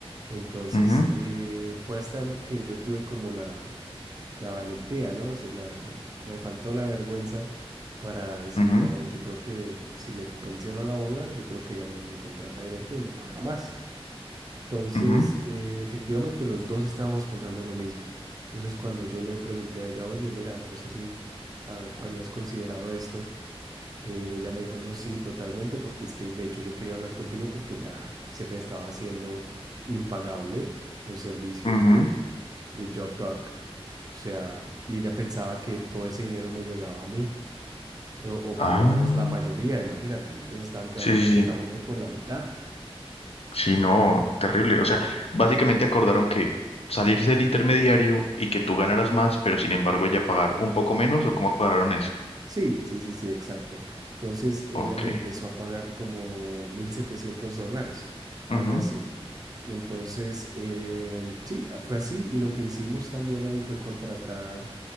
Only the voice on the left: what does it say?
Ujú,
ujú,
ujú,
ujú.
Ah,
sí,
sí, sí,
sí, no, terrible, o sea, básicamente acordaron que salirse del intermediario y que tú ganaras más, pero sin embargo ella pagar un poco menos o cómo cuadraron eso.
Ok.
Ujú,